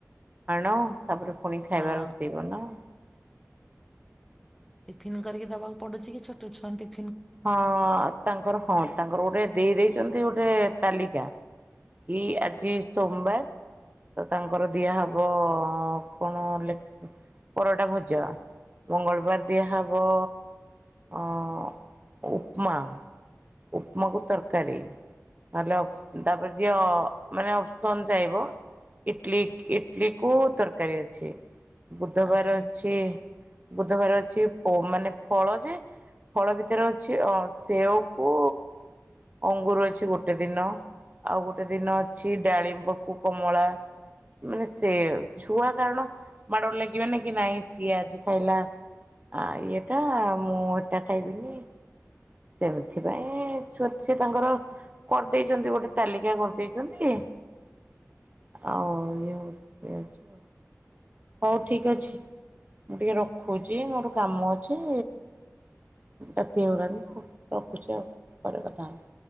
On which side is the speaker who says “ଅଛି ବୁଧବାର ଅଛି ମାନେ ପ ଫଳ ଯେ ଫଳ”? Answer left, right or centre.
Right